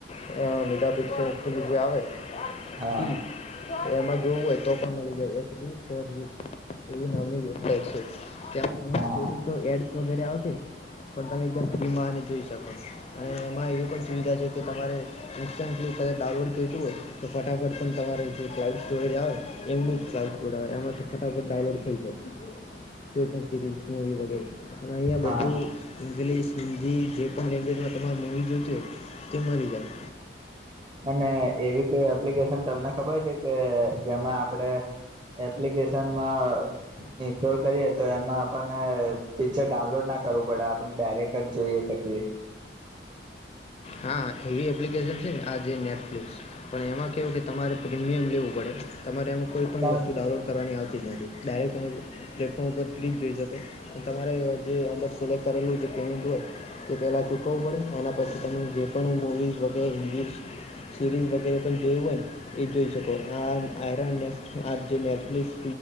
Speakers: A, on the left; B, on the right.
A: અ મેગાપિક્સલ <unintelligible> જે આવે
B: હા
A: ઈ એમાંજ એવું હોય તો પન મલી જાય એસ ડી ફોર એવી નામની યોજાય છે. ત્યાં તમારે
B: હા
A: થોડી
B: હા
A: તો એડસ વગેરે આવ પન તમે એકદમ ફ્રીમાં જોઈ શકો છ અને એમાં એવી પણ સુવિધા છે કે તમારે ઇન્સ્ટન્ટલી કદચ ડાઉનલોડ જોઈતું હોય તો ફટાફટ પણ તમારે જે ક્લાઉડ સ્ટોરેજ આવે એમનું જ ક્લાઉડ સ્ટોરેજ આવે એમાં તો ફટાફટ ડાઉનલોડ થઈ જાય કોઈ પણ સિરીઝ મુવી વગેરે અને અઈયાં
B: હા
A: બધું
B: હા
A: ઇંગ્લિશ હિન્દી જે પણ લેંગ્વેજમાં તમારે મૂવી જોઈતી હોય કે મલી જાય
B: અને એવી કોઈ એપ્લિકેશન તમને ખબર છે કે જેમાં આપડે એપ્લિકેશનમાં ઇન્સ્ટોલ કરીએ તો એમાં આપણને પિક્ચર ડાઉનલોડ ના કરવું પડે આપણે ડાયરેક્ટ જ જોઈએ શકીએ
A: હા એવી એપ્લિકેશન છે ને આ જે નેટફ્લિક્સ પણ એમાં કેવું કે તમારે પ્રીમિયમ લેવું પડે તમારે એમ કોઈ પણણ
B: પણ
A: વસ્તુ ડાઉનલોડ કરવાની આવશે. થતી નથી ડાયરેક્ટ તમામે પ્લેટફોર્મ ઉપર ફ્રી જ જોઈ શકોાય અને તમારે જે અંદર સિલેક્ટ કરેલું જે પેમેન્ટ હોય તે પહેલાં ચૂકવવું પડે એના પછી તમે જે પણ મૂવીઝ વગેરે હિીસ સિરીઝ વગેરે પણ જોયું હોય ને એ જોઈ શકો આ આયરાન ને આ જે નેટફ્લિક્સ